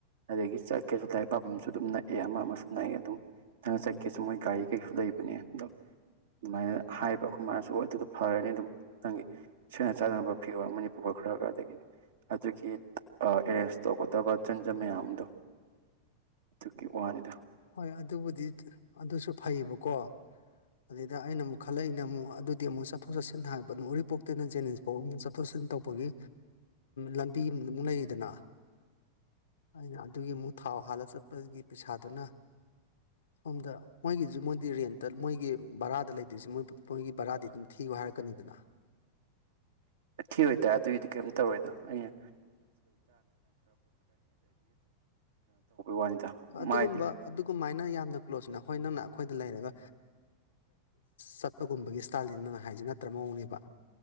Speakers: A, on the right; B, on the left.
A: ꯑꯗꯒꯤ ꯆꯠꯀꯦꯁꯨ ꯂꯥꯏꯔꯤꯛ ꯄꯥꯐꯝꯁꯨ ꯑꯗꯨꯝ ꯅꯛꯑꯦ ꯑꯃ ꯑꯃꯁꯨ ꯅꯛꯑꯦ ꯑꯗꯨꯝ ꯅꯪꯅ ꯆꯠꯀꯦꯁꯨ ꯃꯣꯏ ꯒꯥꯔꯤ ꯀꯩꯁꯨ ꯂꯩꯕꯅꯦ ꯑꯗꯣ ꯑꯗꯨꯃꯥꯏꯅ ꯍꯥꯏꯕ ꯑꯩꯈꯣꯏ ꯃꯥꯅꯁꯨ ꯑꯗꯨꯗꯣ ꯐꯔꯅꯤ ꯑꯗꯨꯝ ꯅꯪꯒꯤ ꯁꯦꯡꯅ ꯆꯥꯅꯕ ꯐꯤꯌꯣꯔ ꯑꯃꯅꯤ ꯄꯨꯈꯠꯈ꯭ꯔꯒ ꯑꯗꯒꯤꯗꯤ ꯑꯗꯨꯒꯤ ꯑꯦꯔꯦꯟꯖ ꯇꯧꯒꯗꯕ ꯆꯟꯖꯕ ꯃꯌꯥꯝꯗꯣ ꯑꯗꯨꯒꯤ ꯋꯥꯅꯤꯗ
B: ꯍꯣꯏ ꯑꯗꯨꯕꯨꯗꯤ ꯑꯗꯨꯁꯨ ꯐꯩꯌꯦꯕꯀꯣ ꯑꯗꯩꯗ ꯑꯩꯅ ꯑꯃꯨꯛ ꯈꯜꯂꯛꯏꯅ ꯑꯃꯨꯛ ꯑꯗꯨꯗꯤ ꯑꯃꯨꯛ ꯆꯠꯊꯣꯛ ꯆꯠꯁꯤꯟ ꯊ ꯍꯥꯏ ꯎꯔꯤꯄꯣꯛꯇꯅ ꯖꯦꯅꯤꯟꯁ ꯐꯥꯎ ꯑꯃꯨꯛ ꯆꯠꯊꯣꯛ ꯆꯠꯁꯤꯟ ꯇꯧꯕꯒꯤ ꯂꯝꯕꯤ ꯑꯃ ꯑꯃꯨꯛ ꯂꯩꯗꯅ ꯑꯩꯅ ꯑꯗꯨꯒꯤ ꯑꯃꯨꯛ ꯊꯥꯎ ꯍꯥꯜꯂ ꯆꯠꯄꯒꯤ ꯄꯩꯁꯥꯗꯨꯅ ꯁꯣꯝꯗ ꯃꯣꯏꯒꯤꯁꯨ ꯃꯣꯏꯗꯤ ꯔꯦꯟꯠꯇ ꯃꯣꯏꯒꯤ ꯕꯔꯥꯗ ꯂꯩꯗꯣꯏꯁꯦ ꯃꯣꯏꯒꯤ ꯕꯔꯥꯗꯤ ꯑꯗꯨꯝ ꯊꯤꯌꯨ ꯍꯥꯏꯔꯛꯀꯅꯤꯗꯅ
A: ꯊꯤꯔꯣꯏ ꯇ ꯑꯗꯨꯒꯤꯗꯤ ꯀꯔꯤꯝ ꯇꯧꯔꯣꯏꯗ ꯑꯩꯅ ꯋꯥꯅꯤꯗ
B: ꯑꯗꯨꯒꯨꯝꯕ
A: ꯃꯥꯏꯗꯤ
B: ꯑꯗꯨꯒꯃꯥꯏꯅ ꯌꯥꯝꯅ ꯀ꯭ꯂꯣꯖꯅ ꯍꯣꯏ ꯅꯪꯅ ꯑꯩꯈꯣꯏꯗ ꯂꯩꯔꯒ ꯆꯠꯄꯒꯨꯝꯕꯒꯤ ꯁ꯭ꯇꯥꯏꯜꯅꯤꯅ ꯅꯪꯅ ꯍꯥꯏꯖꯦ ꯅꯠꯇ꯭ꯔ ꯃꯑꯣꯡꯅꯦꯕ